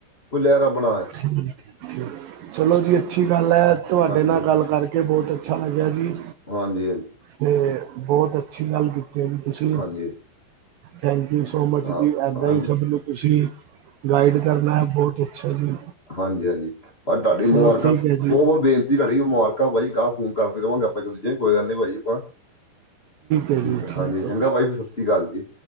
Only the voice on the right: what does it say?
ਹ ਚਲੋ ਜੀ ਅੱਛੀ ਗੱਲ ਹੈ, ਤੁਹਾਡੇ
ਨਾਲ ਗ ਤੇ ਬਹੁਤ ਅੱਛਾ ਲੱਗਿਆ ਜੀ।
ਤੇ ਬਹੁਤ ਅੱਛੀ ਗੱਲ ਕੀਤੀ ਹੈ ਜ ਤੁਸੀਂ,
ਥੈਂਕ ਯੂ ਸੋ ਮਚ।
ਜੀ ਇੱਦਾਂ
ਹੀ ਸਭ ਨੂੰ ਤੁਸੀਂ ਗਾਈਡ ਕਰਨਾ ਹੈ ਬਹੁਤ ਅੱਛਾ ਜੀ।
ਚਲੋ
ਠੀਕ
ਹੈ ਜੀ
ਹੈ
ਜੀ
ਹੈ